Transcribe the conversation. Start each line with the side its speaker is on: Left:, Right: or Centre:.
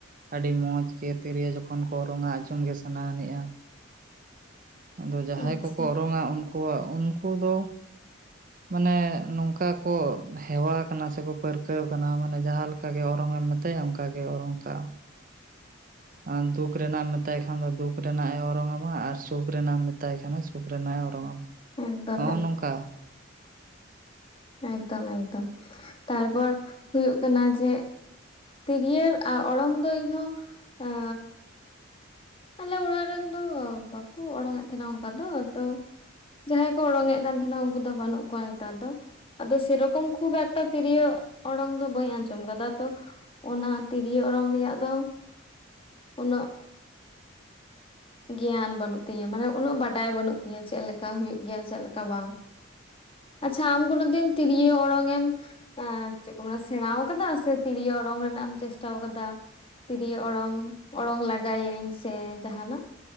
Right: ᱟᱹᱰᱤ ᱢᱚᱡᱽ ᱜᱮ ᱛᱤᱨᱭᱳ ᱡᱚᱠᱷᱚᱱ ᱠᱚ ᱚᱨᱚᱝᱟ ᱟᱸᱡᱚᱢ ᱜᱮ ᱥᱟᱱᱟᱱᱮᱜᱼᱟ ᱟᱫᱚ ᱡᱟᱦᱟᱸᱭ
Left: ᱟᱪᱪᱷᱟ
Right: ᱠᱚᱠᱚ ᱚᱨᱚᱝᱟ ᱩᱱᱠᱩᱣᱟᱜ ᱩᱱᱠᱩ ᱫᱚ ᱢᱟᱱᱮ ᱱᱚᱝᱠᱟ ᱠᱚ, ᱦᱮᱣᱟ ᱠᱟᱱᱟ ᱥᱮᱠᱚ ᱯᱟᱹᱨᱠᱟᱹᱣ ᱠᱟᱱᱟ ᱢᱟᱱᱮ ᱡᱟᱦᱟᱸᱠᱟ ᱚᱱᱠᱟᱜᱮ ᱚᱨᱚᱝ ᱢᱮᱛᱟᱭᱟ ᱚᱱᱠᱟᱜᱮ ᱚᱱᱠᱟ ᱾ ᱟᱨ ᱫᱩᱠ ᱨᱮᱱᱟᱜ ᱮᱢ ᱢᱮᱛᱟᱭ ᱠᱷᱟᱱ ᱫᱚ ᱫᱩᱠ ᱨᱮᱱᱟᱜ ᱮ ᱚᱨᱚᱝ ᱟᱢᱟ ᱟᱨ ᱥᱩᱠ ᱨᱮᱱᱟᱜ ᱮᱢ ᱢᱮᱛᱟᱭ ᱠᱷᱟᱱ ᱥᱩᱠᱨᱮᱱᱟ ᱮ ᱚᱨᱚᱝ ᱟᱢᱟᱭ
Left: ᱮᱠᱫᱚᱢ
Right: ᱦᱚᱸᱜᱼᱚᱭ ᱱᱚᱝᱠᱟ ᱾
Left: ᱮᱠᱫᱚᱢ-ᱮᱠᱫᱚᱢ ᱛᱟᱨᱯᱚᱨ ᱦᱩᱭᱩᱜ ᱠᱟᱱᱟ ᱡᱮ ᱛᱤᱨᱭᱟᱹ ᱚᱨᱚᱝ ᱫᱚ ᱤᱧ ᱦᱚᱸ ᱟᱸ ᱟᱞᱮ ᱚᱲᱟᱜ ᱨᱮᱱ ᱫᱚ ᱵᱟᱠᱚ ᱚᱨᱚᱝ ᱮᱮᱫ ᱛᱟᱦᱮᱱᱟ ᱚᱱᱠᱟ ᱫᱚ ᱛᱚ ᱡᱟᱦᱟᱸᱭ ᱠᱚ ᱚᱲᱚᱝ ᱮᱫ ᱠᱟᱱ ᱛᱟᱦᱮᱱᱟ ᱩᱱᱠᱩ ᱫᱚ ᱵᱟᱹᱱᱩᱜ ᱠᱚᱣᱟ ᱱᱮᱛᱟᱨ ᱫᱚ ᱟᱫᱚ ᱥᱮᱨᱚᱠᱚᱢ ᱠᱷᱩᱵ ᱮᱠᱴᱟ ᱛᱤᱨᱭᱳ ᱚᱲᱚᱝ ᱫᱚ ᱵᱟᱹᱧ ᱟᱸᱡᱚᱢ ᱟᱠᱟᱫᱟ ᱛᱚ ᱚᱱᱟ ᱛᱤᱨᱭᱳ ᱚᱨᱚᱝ ᱨᱮᱭᱟᱜ ᱫᱚ ᱩᱱᱟᱹᱜ ᱜᱮᱭᱟᱱ ᱵᱟᱹᱱᱩᱜ ᱛᱤᱧᱟᱹ ᱢᱟᱱᱮ ᱩᱱᱟᱹᱜ ᱵᱟᱰᱟᱭ ᱵᱟᱹᱱᱩᱜ ᱛᱤᱧᱟᱹ ᱪᱮᱞᱮᱠᱟ ᱦᱩᱭᱩᱜ ᱜᱮᱭᱟ ᱪᱮᱞᱮᱠᱟ ᱵᱟᱝ ᱾ ᱟᱪᱷᱟ ᱟᱢᱜᱚᱱᱳ ᱢᱤᱫ ᱫᱤᱱ ᱛᱤᱨᱤᱭᱟᱹ ᱚᱨᱚᱝ ᱮᱢ ᱪᱮᱫ ᱠᱚ ᱢᱮᱱᱟ ᱥᱮᱬᱟᱣ ᱟᱠᱟᱫᱟ ᱥᱮ ᱛᱤᱨᱭᱳ ᱚᱨᱚᱝ ᱨᱮᱱᱟᱜ ᱮᱢ ᱪᱮᱥᱴᱟᱣ ᱠᱟᱫᱟ? ᱛᱤᱨᱭᱳ ᱚᱲᱚᱝ ᱚᱲᱚᱝ ᱞᱟᱜᱟᱭᱟᱹᱧ ᱥᱮ ᱡᱟᱦᱟᱱᱟᱜ